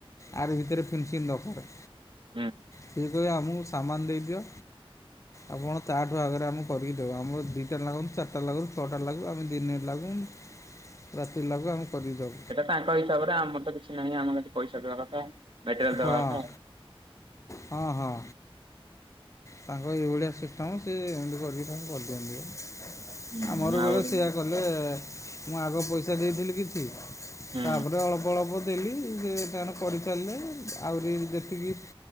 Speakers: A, on the left; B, on the right.
A: ଆର ଭିତରେ ଫିନସିଙ୍ଗ ଦରକକାର
B: ହୁଁ
A: ସେ କହ ଆମକୁ ସାମାନ ଦେଇଦିଅ ଆପଣ ତାଠୁ ଆଗରେ ଆମେ କରିକି ଦେବ ଆମର ଦିଇଟା ଲାଗନ୍ତୁ ଚିଟ ସାତଟା ଲାଗୁ ଛଅଟା ଲାଗୁ ଆମେ ଦିନେ ଲାଗୁ ରାତି ଲାଗୁ ଆମେ କରିକି ଦଉ।
B: ତାଙ୍କ ହିସାବରେ ଆମର ତ କିଛି ନାହିଁ ଆମ ଯଠି ପଇସା ଦବା କଥା। ମେଟେରିଆଲ ଦବା
A: ହଁ
B: କଥା
A: ହଁ ହଁ। ତାଙ୍କର ଏଇଭଳିଆ ସିଷ୍ଟମ୍ ସିଏ ଏମିତି କରିକି ତାଙ୍କୁ କରିଦିଅନ୍ତି ଆ।
B: ହୁଁ
A: ଆ ମୋର ବେଳେ
B: ଆହୁରି
A: ସେୟଆ କଲେ ମୁଁ ଆଗ ପଇସା ଦେଇଥିଲି କିଛି
B: ହୁଁ
A: ତାପରେ ଅଳ୍ପ ଅଳ୍ପ ଦେଲି ସେ ତାଣ କରିସାରିଲେ। ଯେତିକି